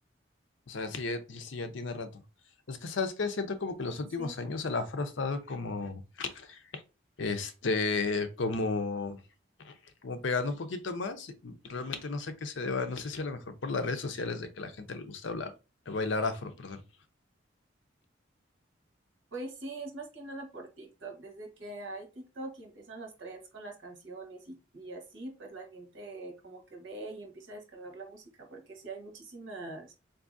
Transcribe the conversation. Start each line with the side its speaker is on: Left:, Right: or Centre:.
Left: O sea, sí, ya- sí ya tiene rato. Es que, ¿sabes qué? Siento como que los últimos
Right: Sí.
Left: años el afro ha estado como, este, como, como pegando un poquito más. Realmente no sé a qué se deba, no sé si a lo mejor por las redes sociales de que la gente le gusta hablar, bailar afro, perdón.
Right: Pues sí, es más que nada por TikTok. Desde que hay TikTok y empiezan los trends con las canciones y, y así, pues la gente como que ve y empieza a descargar la música, porque sí hay muchísimas,